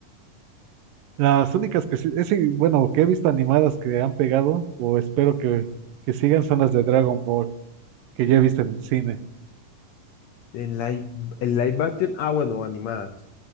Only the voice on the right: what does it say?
Las únicas que sí, ese, bueno, que he visto animadas que han pegado, o espero que, que sigan, son las de Dragon Ball, que yo he visto en el cine.